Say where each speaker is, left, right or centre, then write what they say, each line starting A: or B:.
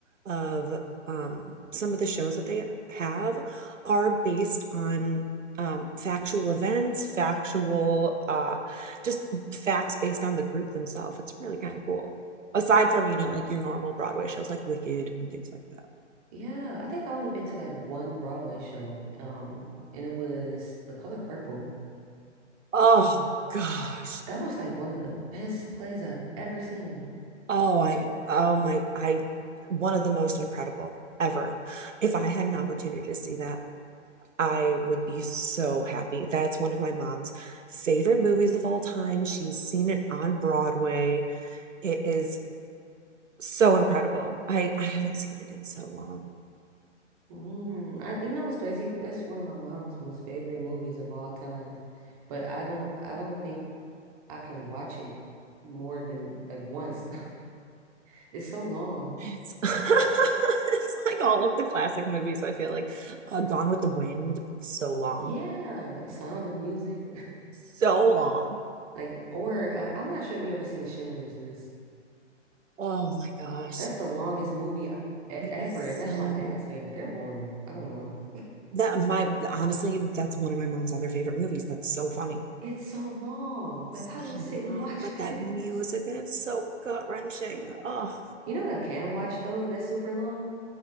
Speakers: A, on the right; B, on the right.
A: of um, some of the shows that they have are based on um, factual events, factual, uh, just facts based on the group themselves. It's really kind of cool. Aside from, you know, like your normal Broadway shows like Wicked and things like that.
B: Yeah, I think I only been to like one Broadway show, um, and it was The Color Purple.
A: Oh, gosh.
B: That was like one of the best plays I've ever seen.
A: Oh, I, oh my, I, one of the most incredible ever. If I had an opportunity to see that, I would be so happy. That's one of my mom's favorite movies of all time. She's seen it on Broadway. It is so incredible. I, I haven't seen it in so long.
B: Mm, I, you know what's crazy? It's one of my mom's most favorite movies of all time, but I don't, I don't think I can watch it more than like once. <laughs> It's so long.
A: It's, <laughs> it's like all of the classic movies, I feel like. Uh, Gone with the Wind, so long.
B: Yeah, Sound of Music,
A: So long.
B: <laughs> like, or uh, I'm not sure if you ever seen Schindler's List.
A: Oh my gosh.
B: That's the longest movie I, e-
A: It
B: ever,
A: is so
B: and that's my dad's favorite. They're boring. I don't know.
A: that my honestly that's one of my mom's other favorite movies that's so funny
B: It's so long. Like,
A: so
B: how do you sit
A: long
B: and watch
A: but
B: <laughs> this?
A: that music and it's so gut wrenching oh
B: You know what I can watch though? That's super long.